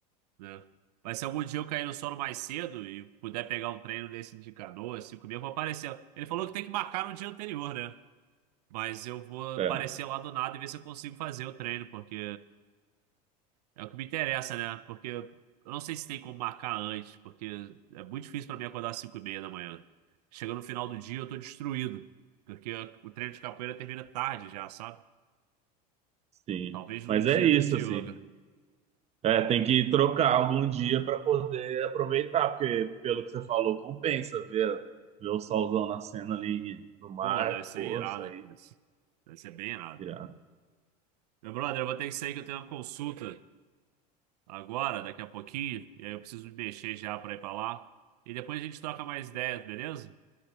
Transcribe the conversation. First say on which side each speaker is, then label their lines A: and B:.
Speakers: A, on the right; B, on the right.
A: né? Mas se algum dia eu cair no sono mais cedo e puder pegar um treino desse de canoa, cinco mil, eu vou aparecer. Ele falou que tem que marcar no dia anterior, né? Mas eu vou
B: É,
A: aparecer lá do nada e ver se eu consigo fazer o treino, porque é o que me interessa, né? Porque eu não sei se tem como marcar antes, porque é muito difícil pra mim acordar às 5 e meia da manhã. Chega no final do dia, eu tô destruído, porque o treino de capoeira termina tarde já, sabe?
B: sim.
A: Talvez no
B: Mas
A: dia
B: é isso,
A: do de
B: assim.
A: yoga.
B: É, tem que trocar
A: É.
B: algum dia para poder aproveitar, porque pelo que você falou, compensa ver, ver o solzão nascendo ali no mar.
A: Pô, deve ser
B: Pô,
A: irado,
B: isso aí,
A: mas deve ser bem irado.
B: irado.
A: Meu brother, eu vou ter que sair que eu tenho uma consulta agora, daqui a pouquinho, e aí eu preciso me mexer já pra ir pra lá. E depois a gente troca mais ideias, beleza?